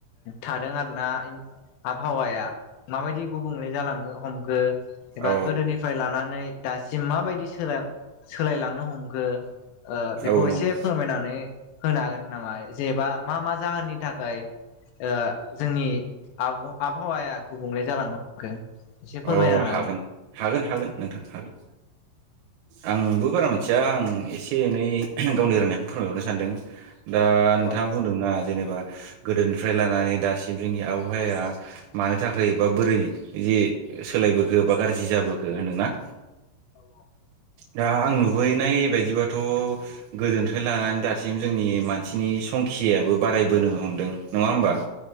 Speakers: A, on the left; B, on the right.
A: थादों आरोना आबहावाया माबायदि गुबुंले जालांखो हमखो एबा
B: औ
A: गोदोनिफ्राय लानानै दासिम माबायदि सोलाय सोलायलांनो हमखो ओ बेखौ
B: औ नंगौ
A: एसे फोरमायनानै होनो हागोन नामा जेनेबा मा मा जाहोननि थाखाय ओ जोंनि आबहावाया गुबुंले जालांंनो हमखो एसे फोरमायनानै
B: औ हागोन हागोन हागोन नोंथां हागोन आंबो बारा मिथिया आं एसे एनै गावनि रोंनायखौ फोरमायहरनो सानदों दा नोंथाङा
A: औ
B: बुंदोंना जेने बा गोदोनिफ्राय लानानै दासिम जोंनि आबहावाया मानो थाखाय बा बोरै जि सोलायबोखो बा गाज्रि जाबोखो होनदोंना
A: औ
B: दा आं नुुबैनायबायदिबथ' गोदोनिफ्राय लानानै दासि म जोंनि मानसिनि संखियाबो बारायबोनो हमदों नङा होमबा